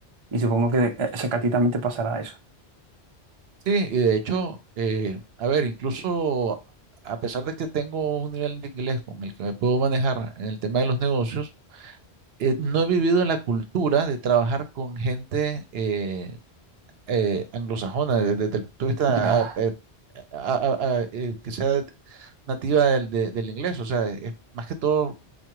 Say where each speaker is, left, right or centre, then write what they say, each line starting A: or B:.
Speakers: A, on the right; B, on the right.
A: Y supongo que, eh, o sea, que a ti también te pasará eso.
B: Sí, y de hecho, eh, a ver, incluso a pesar de que tengo un nivel de inglés con el que me puedo manejar en el tema de los negocios, eh, no he vivido la cultura de trabajar con gente eh, eh, anglosajona desde, desde el punto de vista
A: Ya.
B: ah, eh, a- a- a- eh, que sea nativa del, de- del inglés, o sea, es más que todo